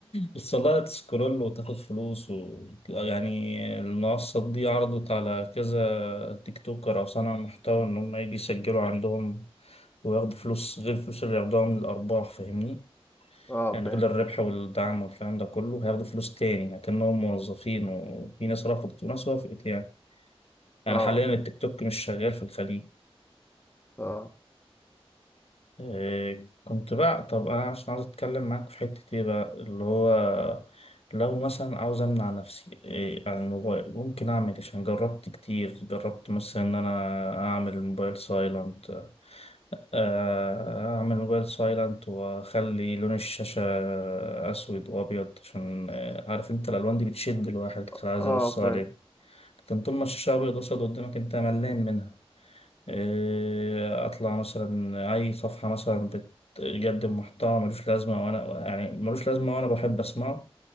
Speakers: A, on the left (about 70°); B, on the left (about 20°).
A: الصلاة تسكرول وتاخد فلوس و... يعني المنصات دي عرضت على كذا تيك توكر أو صانع محتوى إن هم يجي يسجلوا عندهم وياخدوا فلوس غير الفلوس اللي ياخدوها من الأرباح فاهمني
B: اه
A: يعني
B: فاهم
A: غير الربح والدعم والكلام ده كله هياخدوا فلوس تاني لكنهم موظفين وفي ناس رفضت وناس وافقت يعني يعني
B: اه
A: حاليا التيك
B: فاهم
A: توك مش شغال في الخليج
B: اه
A: إيه كنت بقى طب انا عشان عاوز اتكلم معاك في حتة ايه بقى اللي هو لو مثلا عاوز امنع نفسي إيه عن الموبايل ممكن اعمل إيه؟ عشان جربت كتير جربت مثلا ان انا اعمل الموبايل سايلنت اعمل موبايل سايلنت واخلي لون الشاشة اسود وابيض عشان آه، عارف انت الالوان دي بتشد الواحد كتير عايز
B: اه
A: يبص عليه
B: فاهم
A: لكن طول ما الشاشة ابيض واسود قدامك انت ملان منها إيه، اطلع مثلا اي صفحه مثلا بتقدم محتوى ملوش لازمه وانا يعني ملوش لازمه وانا بحب اسمعه